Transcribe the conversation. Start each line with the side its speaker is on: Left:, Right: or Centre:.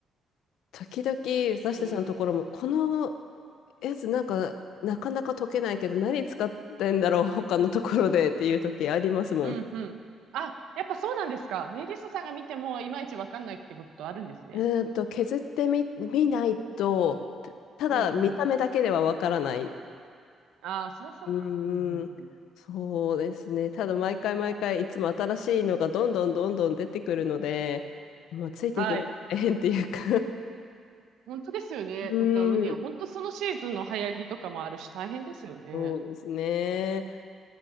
Left: 時々、私たちのところも、
Right: そうだ。
Left: このやつなんか、なかなか溶けないけど、何使ってんだろう、他のところでっていう時ありますもん。
Right: うんうん。あ、やっぱそうなんですか。ネイリストさんが見てもいまいちわかんないってことあるんですね。
Left: うーんと、削ってみ、見ないと、たただ見た目だけではわからない。
Right: うんうん。ああ、そりゃそうか。
Left: うーん、
Right: うんうんうん。
Left: そうですね。ただ毎回毎回いつも新しいのがどんどんどんどん出てくるので、まあ、ついていくのが大変っていうか
Right: はい。本当ですよね。
Left: <laughs> うーん、
Right: なんかね、本当そのシーズンの流行りとかもあるし大変ですよね。
Left: そうですね。